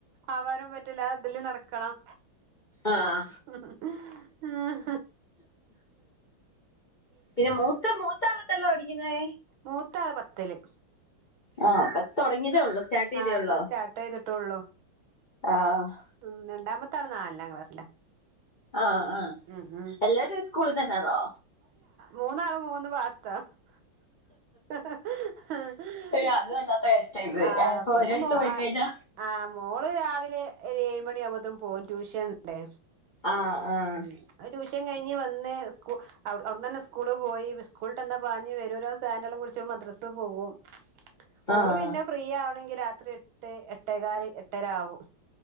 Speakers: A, on the right; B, on the left.
A: ആവാനും പറ്റൂല ആ ഇതില് നടക്കണം
B: ആഹ്
A: <inaudible> മ്മ്
B: പിന്നെ മൂത്ത, മൂത്ത ആളെത്രയിലാ പഠിക്കുന്നേ
A: മൂത്ത ആള് പത്തില്.
B: ആഹ് അപ്പ തുടങ്ങിയതേ ഉള്ളൂ സ്റ്റാർട്ട് ചെയ്തേ
A: ആഹ് അപ്പൊ
B: ഉള്ളൂ
A: സ്റ്റാർട്ടെയ്തിട്ടൊള്ളു
B: ആഹ്
A: ഹ്മ്മ്, രണ്ടാമത്തെ ആള് നാലാം ക്ലാസ്സിലാ
B: ആഹ്, ആഹ്
A: ഉം ഉം
B: എല്ലാരും ഒരു സ്കൂളിൽ തന്നാന്നോ?
A: മൂന്നാളും മൂന്ന് ഭാഗത്താ <inaudible>
B: അയ്യോ അത് വല്ലാത്ത കഷ്ടാ ഇത്
A: ആഹ്
B: ഇപ്പൊ
A: പിന്നെ
B: ഒരിടത്ത്
A: മോ
B: പോയി
A: ആ
B: കഴിഞ്ഞാ
A: ആഹ് മോള് രാവി ലെ ഒരു ഏഴ് മണിയാകുമ്പോത്തും പോകും ട്യൂഷൻ ഉണ്ടേ
B: ആഹ് ആഹ്
A: ഉം അത് ട്യൂഷൻ കഴിഞ്ഞു വന്ന് സ്കു അവിട്ന്നഞ്ഞെ സ്കൂള് പോയി സ്കൂള്ട്ടന്നാ പാഞ്ഞ് വരും ഒരാള്സ്സ് ചെയ്ൻറ്റള്ളം കുടിച്ച് മദ്രസ്സ് പോവും,
B: ആഹ്
A: ഓള് പിന്നെ ഫ്രീയാണെങ്കിൽ രാത്രി എട്ട് എട്ടേകാല് എട്ടര ആവും.